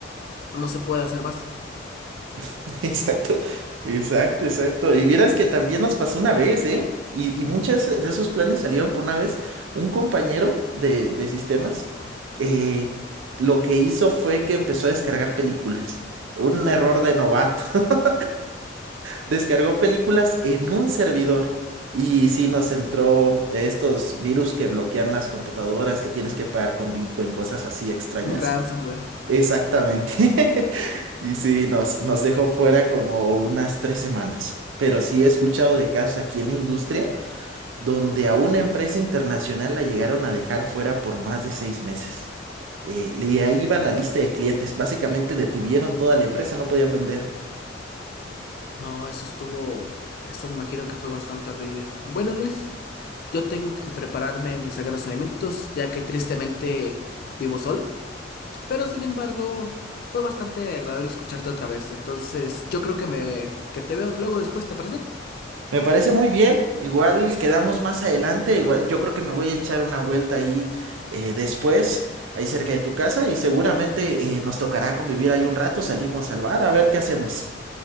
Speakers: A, on the left; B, on the right.
A: no se puede hacer más.
B: <laughs> Exacto, exacto, exacto. Y vieras que también nos pasó una vez, ¿eh? Y, y muchos de esos planes salieron por una vez. Un compañero de, de sistemas eh, lo que hizo fue que empezó a descargar películas. Un
A: No,
B: error de novato. <laughs> Descargó películas en un servidor. Y sí nos entró estos virus que bloquean las computadoras, que tienes que pagar con Bitcoin, cosas así extrañas.
A: un ransomware.
B: Exactamente. <laughs> Y sí, nos, nos dejó fuera como unas tres semanas. Pero sí he escuchado de casos aquí en la industria donde a una empresa internacional la llegaron a dejar fuera por más de seis meses. Eh, y ahí iba la lista de clientes. Básicamente detuvieron toda la empresa, no podían vender.
A: No, eso estuvo, eso me imagino que fue bastante horrible. Bueno, Luis, yo tengo que prepararme mis sagrados alimentos, ya que tristemente vivo solo. Pero sin embargo, fue bastante agradable escucharte otra vez. Entonces, yo creo que me que te veo luego después, ¿te parece?
B: Me parece muy bien. Igual quedamos más adelante. Igual, yo creo que me voy a echar una vuelta ahí eh, después, ahí cerca de tu casa, y seguramente eh, nos tocará convivir ahí un rato. Salimos al bar a ver qué hacemos.